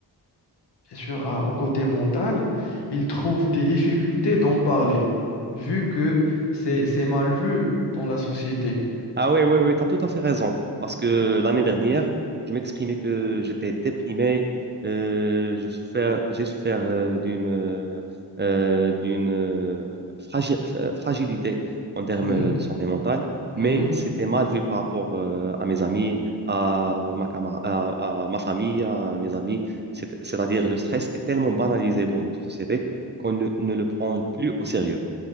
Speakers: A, on the left; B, on the right.
A: bien sûr, à- au côté mental, ils trouvent des difficultés d'en parler, vu que c'est c'est mal vu dans la société.
B: Ah oui, oui, oui, tu as tout à fait raison. Parce que l'année dernière, je m'exprimais que j'étais déprimé, euh, je souffert, j'ai souffert euh, d'une euh, euh, d'une euh, fragi- euh, fragilité en termes
A: Mhm,
B: de santé mentale,
A: mhm,
B: mais c'était mal vu par rapport euh, à mes amis, à ma, camar- à, à ma famille, à mes amis. C'est- C'est-à-dire, le stress est tellement banalisé dans notre société qu'on ne ne le prend plus au sérieux.